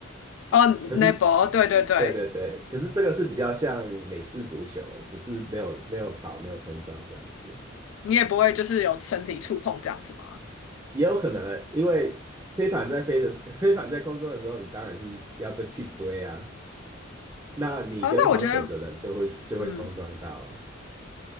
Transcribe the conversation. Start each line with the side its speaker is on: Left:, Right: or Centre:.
Left: 哦那波，
Right: 可是
Left: 对对对，
Right: 对对对，可是这个是比较像美式足球，只是没有没有跑，没有冲撞这样子。
Left: 你也不会就是有身体触碰这样子吗？
Right: 也有可能，因为飞盘在飞的时飞盘在空中的时候，你当然是要再去追啊，那你跟防守的人就会就会冲撞到啊。
Left: 啊、那我觉得嗯。